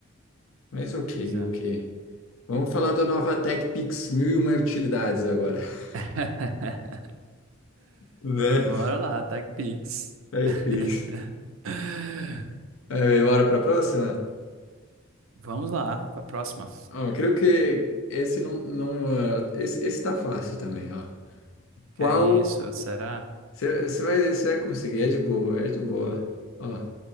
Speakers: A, on the left (about 70°); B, on the right (about 70°).
A: Mas ok,
B: Pois é.
A: ok. Vamos falar da nova TechPix 1001 utilidades agora. <laughs>
B: <laughs>
A: Né?
B: Bora lá, Tech Pix.
A: Aí
B: <laughs>
A: fica. É, bora pra próxima?
B: Vamos lá, pra próxima.
A: Ó, creio que esse não, não, ah, esse, esse tá fácil também, ó.
B: Que
A: Qual
B: é isso, será?
A: Você você vai, você vai conseguir, é de boa, é de boa. Ó,